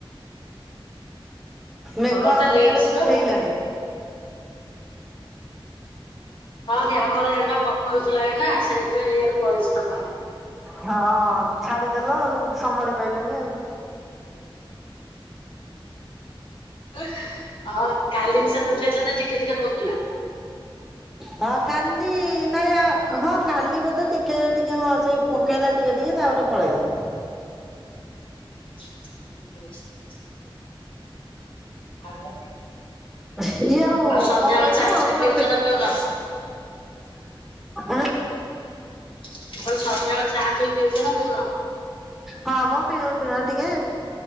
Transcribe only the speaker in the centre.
ମେଘ
ଆମର
ଇଆଡେ
ଉଠେଇଲାଣି।
ହଁ ଛାଡିଦେଲ ଆଉ। ସମ୍ଭାଳି ପାଇଲନି ଆଉ।
ହଁ କାଲି ନାଇଁ ହଁ କାଲି ବୋଧେ ଟିକେ ଟିକେ ହଁ ସେଇ ପକେଇଲା ଟିକେ ଟିକେ ତାପରେ ପଳେଇଲା?
ଇଏର
କଣ କହିଲ
ପୁରା
ପେ
ଆଁ
ହଁ ମ ପିଉଚୁ ନା ଟିକେ